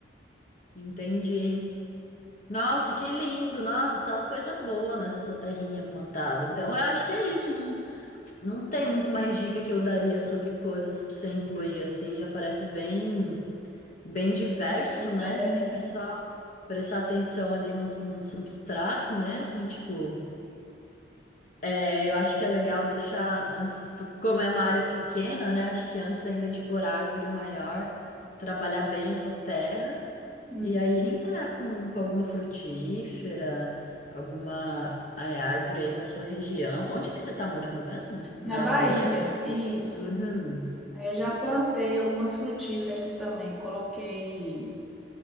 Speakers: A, on the left; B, in the centre.
A: Entendi. Nossa, que lindo! Nossa, só coisa boa nessa sua terrinha plantada. Então, eu acho que é isso. Não, não tem muito mais dica que eu daria sobre coisas pra você incluir, assim. Já parece bem, bem diverso,
B: Diversos.
A: né? Sempre só prestar atenção ali no, no substrato mesmo, tipo. É, eu acho que é legal deixar antes, por- como é uma área pequena, né? Acho que antes ainda de pôr árvore maior, trabalhar bem essa terra
B: Uhum.
A: e aí entrar com, com alguma frutífera, alguma é, árvore aí da sua região. Onde que você tá morando mesmo? Na
B: Na Bahia,
A: Bahia?
B: isso.
A: Uhum,
B: Aí Eu já plantei algumas frutíferas também. Coloquei